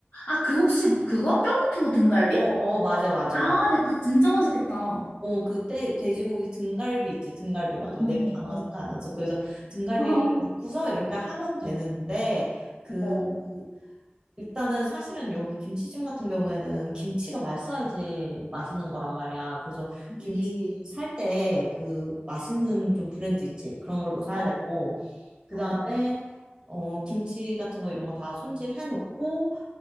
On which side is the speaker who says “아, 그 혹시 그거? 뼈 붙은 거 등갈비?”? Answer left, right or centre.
Left